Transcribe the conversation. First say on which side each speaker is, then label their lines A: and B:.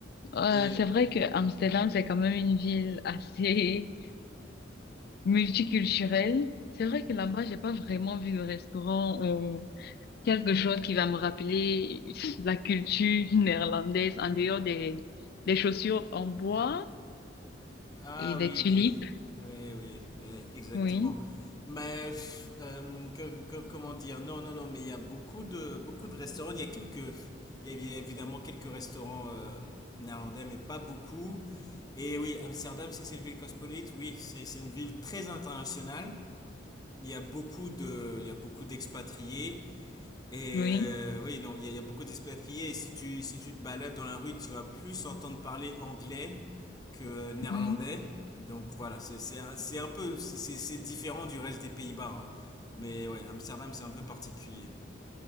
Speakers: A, on the left; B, on the left.
A: ah,
B: Et,
A: c'est vrai que Amsterdam, c'est quand même une ville assez multiculturelle. C'est vrai que là-bas, j'ai pas vraiment vu de restaurant quelque chose qui va me rappeler la culture néerlandaise en dehors des, des chaussures en bois
B: ah
A: et des
B: oui,
A: tulipes.
B: les, oui, oui, eh, exactement.
A: Oui,
B: Mais, pff, euh, que- que- comment dire, non, non, non, mais il y a beaucoup de, beaucoup de restaurants, il y a quelques, il y a évi- évidemment quelques restaurants euh, néerlandais, mais pas beaucoup. Et oui, Amsterdam, si c'est une ville cosmopolite, oui, c'est c'est une ville très internationale. il y a beaucoup de, il y a beaucoup d'expatriés. Et
A: oui.
B: euh, oui, non, il y a, il y a beaucoup d'expatriés. Et si tu, si tu te balades dans la rue, tu vas plus entendre parler anglais que néerlandais.
A: Mhm.
B: Donc voilà, c'est, c'est, un- c'est un peu, c'est, c'est c'est différent du reste des Pays-Bas. hein. Mais ouais, Amsterdam, c'est un peu particulier.